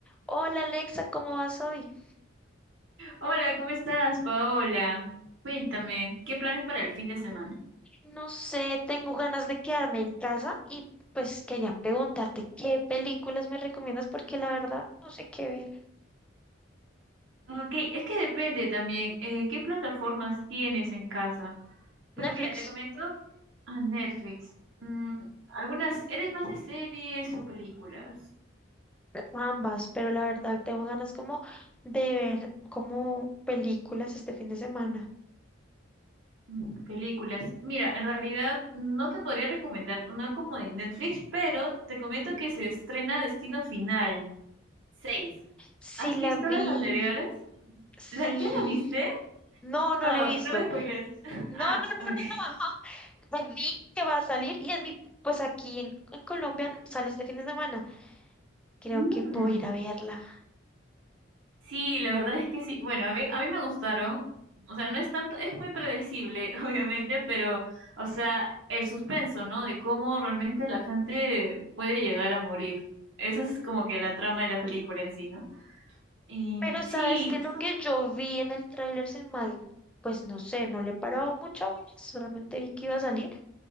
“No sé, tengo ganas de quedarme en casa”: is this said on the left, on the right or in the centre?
Centre